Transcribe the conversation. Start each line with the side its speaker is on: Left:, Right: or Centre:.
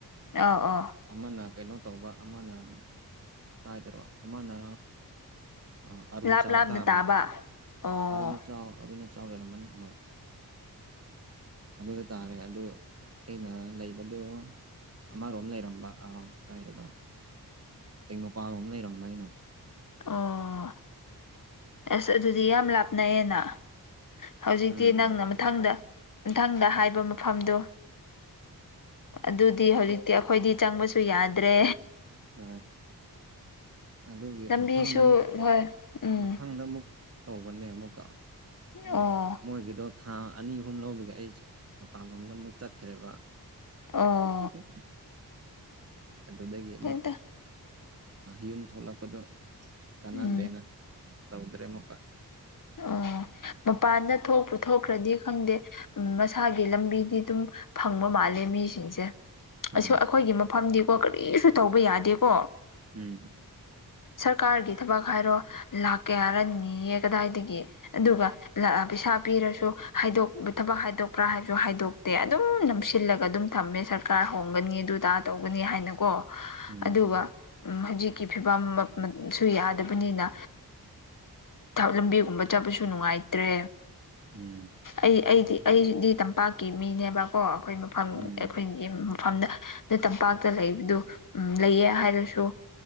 Left: ꯑꯥꯎ ꯑꯥ
Right: ꯑꯃꯅ ꯀꯩꯅꯣ ꯇꯧꯕ ꯑꯃꯅ ꯀꯥꯏꯗꯔꯣ ꯑꯃꯅ ꯑ ꯑꯔꯨꯟꯆꯥꯛ
Left: ꯂꯥꯞ ꯂꯥꯞꯅ
Right: ꯇꯥꯕ
Left: ꯑꯣ
Right: ꯑꯔꯨ ꯑꯆ ꯑꯔꯨ ꯑꯆꯥꯎ ꯑꯣꯏꯔꯝꯃꯅꯤ ꯍꯣꯏ <inaudible> ꯑꯗꯨꯗ ꯇꯥꯔꯦ ꯑꯗꯨ ꯑꯩꯅ ꯂꯩꯕꯗꯣ ꯑꯃꯔꯣꯝ ꯂꯩꯔꯝꯕ ꯑꯥ ꯀꯥꯏꯗꯅꯣ ꯇꯦꯡꯅꯧꯄꯜꯂꯣꯝ ꯂꯩꯔꯝꯕ ꯑꯩꯅ
Left: ꯑꯣ ꯑꯁ ꯑꯗꯨꯗꯤ ꯌꯥꯝ ꯂꯥꯞꯅꯩꯌꯦꯅ ꯍꯧꯖꯤꯛꯇꯤ
Right: ꯎꯝ
Left: ꯅꯪꯅ ꯃꯊꯪꯗ ꯃꯊꯪꯗ ꯍꯥꯏꯕ ꯃꯐꯝꯗꯨ ꯑꯗꯨꯗꯤ ꯍꯧꯖꯤꯛꯇꯤ ꯑꯩꯈꯣꯏꯗꯤ ꯆꯪꯕꯁꯨ ꯌꯥꯗ꯭ꯔꯦ
Right: ꯍꯣꯏ ꯑꯗꯨꯒꯤ
Left: ꯂꯝꯕꯤꯁꯨ
Right: ꯃꯊꯪꯗ ꯑꯃꯨꯛ
Left: ꯍꯣꯏ ꯎꯝ
Right: ꯃꯊꯪꯗ ꯑꯃꯨꯛ ꯇꯧꯕꯅꯦ ꯑꯃꯨꯛꯀ ꯑꯗꯨꯒ
Left: ꯑꯣ
Right: ꯃꯣꯏꯒꯤꯗꯣ ꯊꯥ ꯑꯅꯤ ꯑꯍꯨꯝ ꯂꯧꯕꯒꯤ ꯑꯩ ꯃꯄꯥꯟꯂꯣꯝꯗ ꯑꯃꯨꯛ ꯆꯠꯈ꯭ꯔꯦꯕ
Left: ꯑꯣ
Right: ꯁꯤ <inaudible> ꯑꯗꯨꯗꯒꯤ ꯑꯃꯨꯛ
Left: ꯍꯦꯛꯇ
Right: ꯌꯨꯝ ꯊꯣꯛꯂꯛꯄꯗꯣ ꯀꯥꯟꯅꯗ꯭ꯔꯦꯅ
Left: ꯎꯝ
Right: ꯇꯧꯗ꯭ꯔꯦ ꯑꯃꯨꯛꯒ
Left: ꯑꯣ ꯃꯄꯥꯟꯗ ꯊꯣꯛꯄꯨ ꯊꯣꯛꯈ꯭ꯔꯗꯤ ꯈꯪꯗꯦ ꯎꯝ ꯃꯁꯥꯒꯤ ꯂꯝꯕꯤꯗꯤ ꯑꯗꯨꯝ ꯐꯪꯕ ꯃꯥꯜꯂꯦ ꯃꯤꯁꯤꯡꯁꯦ
Right: ꯍꯣꯏ
Left: ꯑ ꯑꯩꯈꯣꯏꯒꯤ ꯃꯐꯝꯗꯤꯀꯣ ꯀꯔꯤꯁꯨ ꯇꯧꯕ ꯌꯥꯗꯦꯀꯣ
Right: ꯎꯝ
Left: ꯁꯔꯀꯥꯔꯒꯤ ꯊꯕꯛ ꯍꯥꯏꯔꯣ ꯂꯥꯛ ꯀꯌꯥꯅꯣ ꯅꯤꯑꯦ ꯀꯗꯥꯏꯗꯒꯤ ꯑꯗꯨꯒ ꯄꯩꯁꯥ ꯄꯤꯔꯁꯨ ꯍꯥꯏꯗꯣꯛ ꯊꯕꯛ ꯍꯥꯏꯗꯣꯛꯄ꯭ꯔꯥ ꯍꯥꯏꯕꯁꯨ ꯍꯥꯏꯗꯣꯛ ꯇꯦ ꯑꯗꯨꯝ ꯅꯝꯁꯤꯜꯂꯒ ꯑꯗꯨꯝ ꯊꯝꯃꯦ ꯁꯔꯀꯥꯔ ꯍꯣꯡꯒꯅꯤ ꯑꯗꯨ ꯑꯗꯥ ꯇꯧꯒꯅꯤ ꯍꯥꯏꯅ ꯀꯣ
Right: ꯎꯝ
Left: ꯑꯗꯨꯒ ꯍꯧꯖꯤꯛꯀꯤ ꯐꯤꯕꯝ ꯁꯨ ꯌꯥꯗꯕꯅꯤꯅ ꯂꯝꯕꯤ ꯀꯨꯝꯕ ꯆꯠꯄꯁꯨ ꯅꯨꯡꯉꯥꯏꯇ꯭ꯔꯦ
Right: ꯎꯝ
Left: ꯑꯩ ꯑꯩꯗꯤ ꯑꯩꯗꯤ ꯇꯝꯄꯥꯛꯀꯤ ꯃꯤꯅꯦꯕꯀꯣ ꯑꯩꯈꯣꯏ ꯃꯐꯝ
Right: ꯎꯝ
Left: ꯑꯩꯈꯣꯏꯒꯤ ꯃꯐꯝꯗ ꯑ ꯇꯝꯄꯥꯛꯇ ꯂꯩꯕꯗꯨ ꯎ ꯂꯩꯌꯦ ꯍꯥꯏꯔꯁꯨ